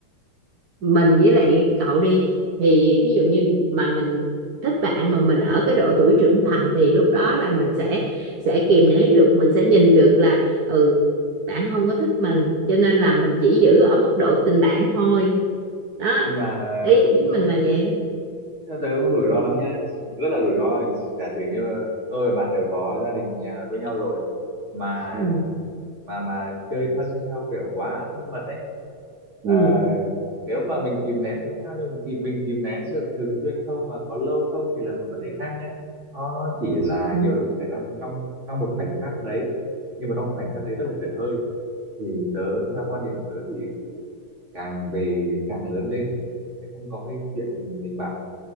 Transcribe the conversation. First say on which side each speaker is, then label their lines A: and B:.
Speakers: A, on the right; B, on the right.
A: mình với lại cậu đi thì thí dụ như mà mình thích bạn mà mình ở cái độ tuổi trưởng thành thì lúc đó là mình sẽ sẽ kìm nén được mình sẽ nhìn được là ừ bạn không có thích mình cho nên là mình chỉ giữ ở mức độ tình bạn thôi đó
B: nhưng mà
A: ý
B: cũng
A: ý
B: ờ,
A: mình là vậy
B: theo tớ cũng rủi ro lắm nha rất là rủi ro giả sử như tôi và bạn đều có gia đình nhà với nhau rồi mà
A: ừ
B: mà mà chơi thân theo kiểu quá thân mật ấy
A: ừ,
B: Ờ, nếu mà mình kìm nén thì không sao nhưng mà kìm, mình kìm nén được thường xuyên không và có lâu không thì là một vấn đề khác nhé nó chỉ là
A: ừ.
B: nhiều lúc xảy ra trong trong một khoảnh khắc đấy nhưng mà trong khoảnh khắc đấy rất là dở hơi thì tớ theo quan điểm của tớ thì càng về càng lớn lên thì sẽ không có cái chuyện tình bạn